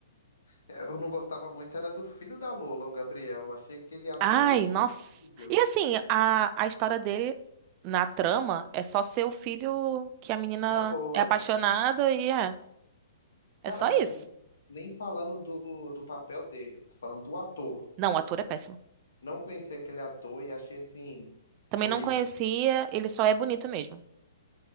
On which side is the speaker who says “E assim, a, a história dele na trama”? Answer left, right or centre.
Right